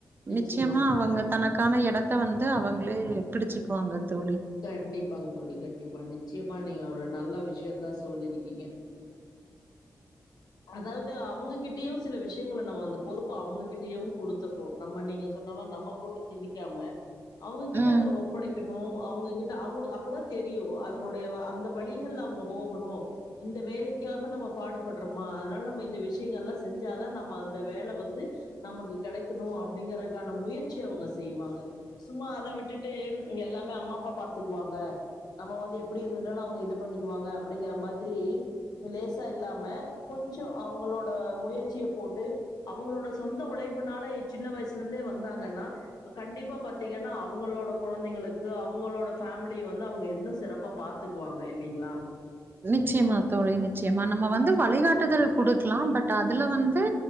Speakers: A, on the left (about 80°); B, on the right (about 35°).
A: நிச்சயமாங்க
B: நிச்சியமா அவங்க தனக் க்கான எடத்த வந்து அவங்களே பிடிச்சுக்குவாங்க தோழி
A: கண்டிப்பாங் தோழி கண்டிப்பா நிச்சயம் மா நீங்க ஒரு நல்ல விஷயோந்தா சொல்லிருக்கீங்க அதாவ்து அவுங்குக் கிட்டியு சில விஷ்யங்கள நம்ம அந்த பொறுப் ப்பா அவங்ககிட்டயுங் குடுத்துர்றோ நம்ம நீங்க சொன்னமா நம்ம போட்டு திணிக்காம அவுங்ககிட்ட
B: ம்
A: அத ஒப்படைக்கண் நோ அவுங்க கிட்ட அவுங்களுக் அப்பதா தெரியு அதனுடைய அந்த வழிகள்ல அவங்க போகணு இந்த வேலைக்காக நம்ம பாடுபட் றமா அதனால நம்ம இந்த விஷயங்கள்லா செஞ்சாதா நம்ம அந்த வேல வந்து நமக்கு கிடைக்கணு அப்டிங்கறக்கான முயற்சிய அவுங்க செய்வாங்க சும்மா அத விட்டுட்டு இங்க எல்லாமே அம்மா அப்பா பாத்துக்குவாங்க நம்ம வந்து எப்டி இருந்துட்டாலு அவுங்க இது பண்ணிக்குவாங்க அப்டிங்கிற மாரி லேசா இல்லாம கொஞ்ச அவுங்களோட முயற்சிய போட்டு அவுங்களோட சொந்த உழைப்புனால சின்ன வயசுல இருந்தே வந்தாங்கன்னா கண்டிப்பா பாத்தீங்கன்னா அவங்களோட கொழந்தைங்களுக்கு அவுங்களோட ஃபேமிலிய வந்து அவுங்க இன்னு சிறப்பா பாத்துக்குவாங்க இல்லிங்களா
B: நிச்சயமா தோழி நிச்சயமா நம்ம வந்து வழிகாட்டுதல் குடுக்லா பட் அதுல வந்து